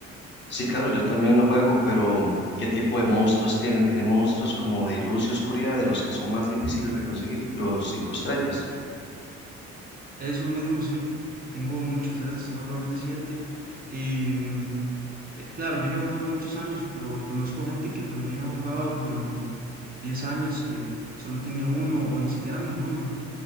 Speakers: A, on the left; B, on the right.
A: Sí, claro, yo también lo juego, pero ¿qué tipo de monstruos tiene? Tiene monstruos como de luz y oscuridad, de los que son más difíciles de conseguir, los cinco estrellas.
B: Esos mismos, sí. Tengo muchos de esos, tengo alrededor de siete. Y mm, eh, claro, yo llevo jugando muchos años, pero conozco gente que también ha jugado durante 10 años, que solo tiene uno o ni siquiera ninguno.